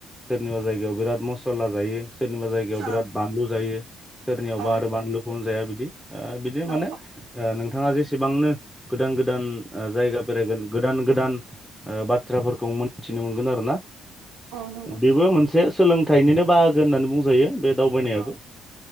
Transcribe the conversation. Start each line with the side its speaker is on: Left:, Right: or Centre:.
Centre: सोरनिबा जायगायाव बिरात मस'ला जायो। सोरनिबा जाय गायाव बिराद
Right: औ
Centre: बानलु जायो सोरनियावबा
Right: औ
Centre: आरो बानलुखौनो जाया बिदि ओ बिदिनो माने
Right: औ
Centre: ओ नोंथाङा जेसेबांनो गोदान गोदान ओ जायगा बेरायगोन गोदान गोदान ओ बाथ्राफोरखौ मोनथिनो मोनगोन आरो ना
Right: नंगौ औ नंगौ
Centre: बेबो मोन से सोलोंथाइनिनो बाहागो होननानै बुंजायो बे दावबायनायाबो।
Right: औ